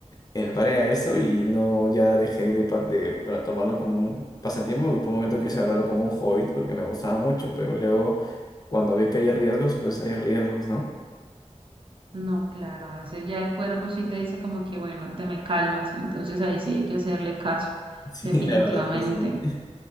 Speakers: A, on the left; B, on the right.
A: el pare a eso y no ya dejé de, pa- de bueno, tomarlo como un pasatiempo, porque por un momento quise agarrarlo como un hobby porque me gustaba mucho, pero luego cuando vi que hay riesgos, pues hay riesgos, ¿no?
B: No, claro, a veces ya el cuerpo sí te dice como que, bueno, te me calmas, entonces ahí sí hay que hacerle caso,
A: <laughs> Sí,
B: definitivamente.
A: la verdad es que sí.